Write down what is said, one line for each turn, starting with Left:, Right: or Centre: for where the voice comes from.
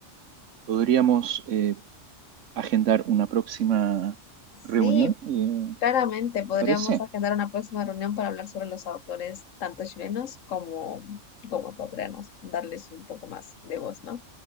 Right: podríamos eh, agendar una próxima
Left: Sí,
Right: reunión, eh,
Left: claramente podríamos
Right: ¿te parece?
Left: agendar una próxima reunión para hablar sobre los autores, tanto chilenos como, como ecuatorianos, darles un poco más de voz, ¿no?